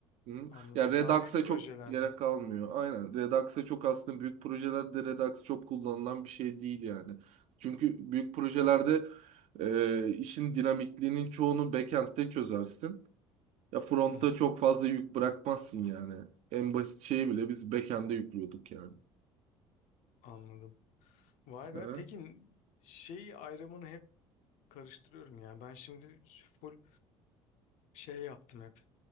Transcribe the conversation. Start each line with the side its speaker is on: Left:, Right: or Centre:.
Right: Hı.
Left: Anladım.
Right: Ya Redux'a
Left: Daha büyük projelerde.
Right: çok gerek kalmıyor. Aynen Redux'a çok aslında büyük projelerde Redux çok kullanılan bir şey değil yani. Çünkü büyük projelerde e, işin dinamikliğinin çoğunu backend'de çözersin. Ya frontta
Left: Hı hı.
Right: çok fazla yük bırakmazsın yani. En basit şeyi bile biz backend'e yüklüyorduk yani.
Left: Anladım. Vay
Right: Ha?
Left: be. Peki şey ayrımını hep karıştırıyorum yani. Ben şimdi full şey yaptım hep.